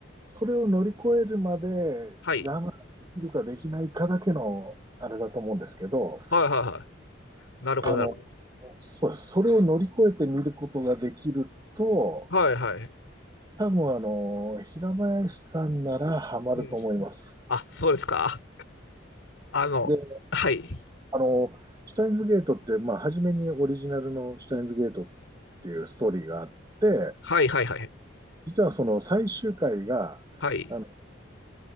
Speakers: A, on the right; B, on the left.
A: それを乗り越えるまで我慢できるかできないかだけのあれだと思うんですけど、
B: はい。はいはいはい。なるほどなるほど。
A: あの、そうです。それを乗り越えてみることができると、
B: はいはい。
A: 多分あの、平林さんならハマると思います。
B: うん。あ、そうですか。あの、
A: で、
B: はい。
A: あの、シュタインズゲートって、まあ、初めにオリジナルのシュタインズゲートっていうストーリーがあって、
B: はいはいはい。
A: 実はその最終回が、
B: はい。
A: あの、